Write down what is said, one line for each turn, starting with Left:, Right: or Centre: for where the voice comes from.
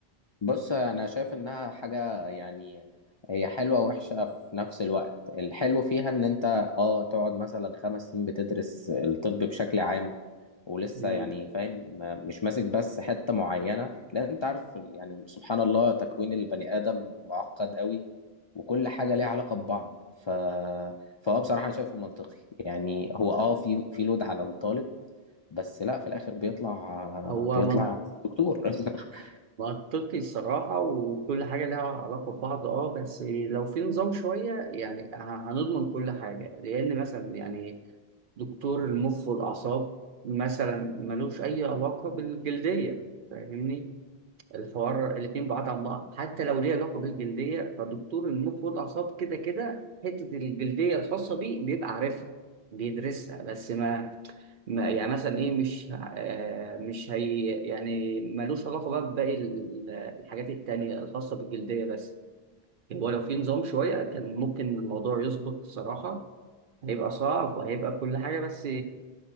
Left: بص انا شايف انها حاجه يعني هي حلوه ووحشه في نفس الوقت الحلو فيها ان انت اه تقعد مثلا خمس سنين بتدرس الطب بشكل عام ولسه
Right: مم.
Left: يعني فاهم ما- مش ماسك بس حته معينه لان انت عارف ال- يعني سبحان الله تكوين البني ادم معقد قوي وكل حاجه ليها علاقه ببعض ف فهو بصراحه انا شايفه منطقي يعني هو اه في في لود على الطالب بس لا في الاخر بيطلع
Right: هو
Left: بيطلع
Right: من-
Left: دكتور <laughs>
Right: منطقي الصراحه وكل حاجه لها علاقه ببعض اه بس لو في نظام شويه يعني ه- هنضمن كل حاجه لان مثلا يعني دكتور المخ والاعصاب مثلا ملوش اي علاقه بالجلديه فاهمني الحوار الاتنين بعاد عن بعض حتى لو ليه علاقة بالجلدية فدكتور المخ والأعصاب كده كده حتة الجلدية الخاصة بيه بيبقى عارفها بيدرسها بس ما, ما يعني مثلا إيه مش آه مش هي يعني ملوش علاقة بقى بباقي ال- الحاجات التانية الخاصة بالجلدية بس يعني هو لو في نظام شوية كان ممكن الموضوع يظبط الصراحة هيبقى صعب وهيبقى كل حاجة بس